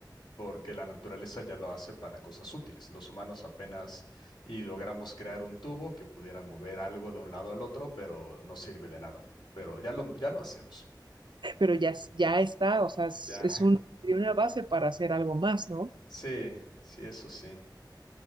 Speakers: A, on the left (about 70°); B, on the right (about 85°).
A: porque la naturaleza ya lo hace para cosas útiles. Los humanos apenas y logramos crear un tubo que pudiera mover algo de un lado al otro, pero no sirve de nada. Pero ya lo, ya lo hacemos.
B: pero ya, es, ya está, o sea, es,
A: Ya,
B: es un- sería una base para hacer algo más, ¿no?
A: sí, sí, eso sí.